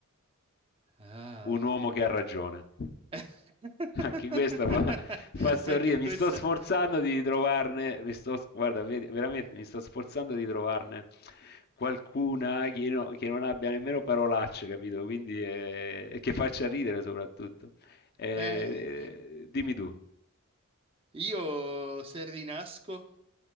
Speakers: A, on the right; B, on the left.
A: Ah.
B: Un uomo che ha ragione.
A: <laughs>
B: Anche questa fa, fa sorridere.
A: Anche questa.
B: Mi sto sforzando di trovarne, mi sto, guarda, vedi- veramente mi sto sforzando di trovarne qualcuna che, no- che non abbia nemmeno parolacce, capito? Quindi eh, che faccia ridere soprattutto. Eh,
A: Eh,
B: dimmi tu.
A: io se rinasco